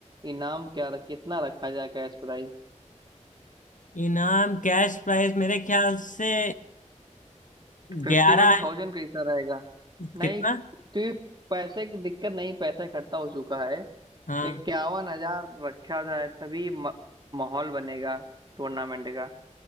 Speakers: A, on the right; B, on the left.
A: इनाम क्या रख कितना रखा जाए cash price
B: इनाम कैश प्राइस मेरे ख्याल से
A: Fifty
B: ग्यारह
A: one thousand कैसा रहेगा नहीं
B: कितना
A: क्योंकि पैसे की दिक्कत नहीं पैसा इकट्ठा हो चुका है
B: हाँ
A: इक्यावन हजार रखा जाए तभी म- माहौल बनेगा टूर्नामेंट का